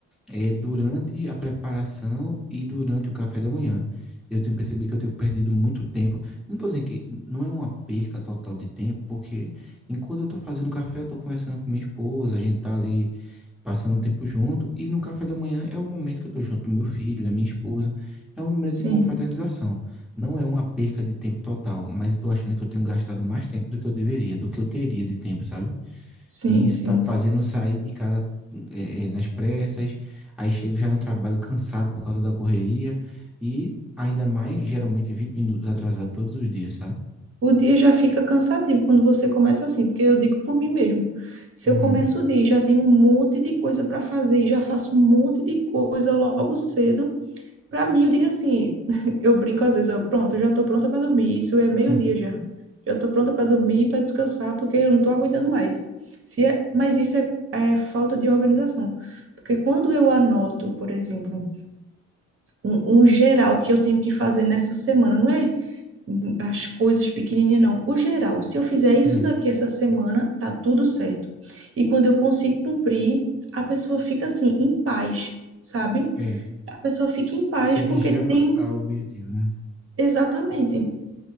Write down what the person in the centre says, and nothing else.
é durante a preparação e durante o café da manhã. Eu tenho percebido que eu tenho perdido muito tempo não tô dizendo que não é uma perca total de tempo, porque enquanto eu tô fazendo café, eu tô conversando com minha esposa, a gente tá ali passando um tempo junto, e no café da manhã é o momento que eu tô junto do meu filho, da minha esposa, é um momento
de confraternização. Não é uma perca de tempo total, mas eu tô achando que eu tenho gastado mais tempo do que eu deveria, do que eu teria de tempo, sabe?
E isso
tá me fazendo sair de casa eh, eh, nas pressas, aí chego já no trabalho cansado por causa da correria, e ainda mais, geralmente 20 minutos atrasado todos os dias, sabe?
Uhum.
<laughs>
Hum,
é,
porque atingir
a
a objetivo, né?